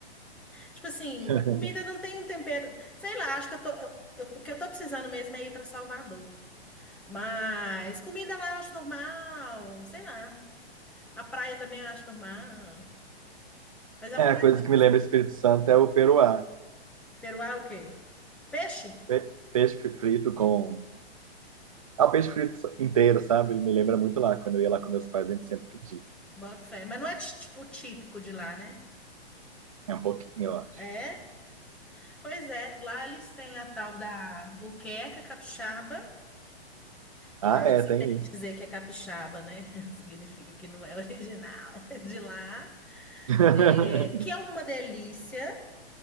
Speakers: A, in the centre; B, on the right.
A: Tipo assim,
B: <laughs>
A: a comida não tem um tempero. Sei lá, acho que eu tô. eu- eu- o que eu tô precisando mesmo é ir pra Salvador. Mas comida lá eu acho normal, sei lá. A praia também eu acho normal. Mas é
B: É,
A: um lugar
B: a coisa
A: bom.
B: que
A: assim.
B: me lembra Espírito Santo é o peruá.
A: Peruá é o quê? Peixe?
B: Pe- Peixe frito com... Ah, o peixe frito inteiro, sabe? Ele me lembra muito lá, quando eu ia lá com meus pais, a gente sempre pedia.
A: Boto fé. Mas não é ti- tipo típico de lá, né?
B: É um pouquinho, eu acho.
A: É? Pois é, lá eles têm a tal da muqueca capixaba, que
B: Ah,
A: eu acho
B: é,
A: que se
B: tem
A: tem que
B: isso.
A: dizer que é capixaba, né? <laughs> Significa que não é original <laughs> de lá.
B: <laughs>
A: É, Que é uma delícia.